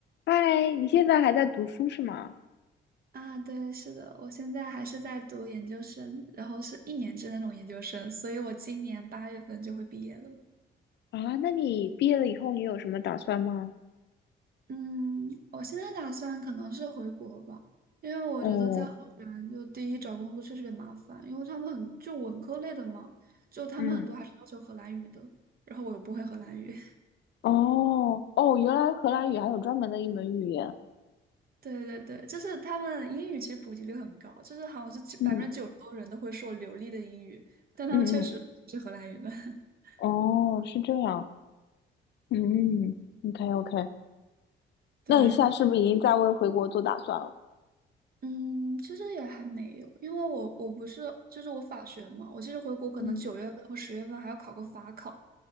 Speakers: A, on the left (about 60°); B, on the right (about 50°).
A: 嗨，你现在还在读书是吗？
B: 啊，对，是的，我现在还是在读研究生，然后是一年制那种研究生，所以我今年八月份就会毕业了。
A: 啊，那你毕业了以后你有什么打算吗？
B: 嗯，我现在打算可能是回国吧，因为我觉得在荷兰就第一找工作确实有点麻烦，
A: 哦，
B: 因为他们很就文科类的嘛，就他们很多还是要求荷兰语的，
A: 嗯，
B: 然后我又不会荷兰语。<laughs>
A: 哦，哦，原来荷兰语还有专门的一门语言。
B: 对对对，就是他们英语其实普及率很高，就是好像是百分之九十多人都会说流利的英语，
A: 嗯
B: 但他们确实是荷兰语的。
A: 嗯嗯，
B: <laughs>
A: 哦，是这样。嗯，OK 嗯 OK，
B: 对，
A: 那你现在是不是已经在为回国做打算了？
B: 嗯，其实也还没有，因为我我不是就是我法学嘛，我其实回国可能九月份和十月份还要考个法考，
A: 嗯，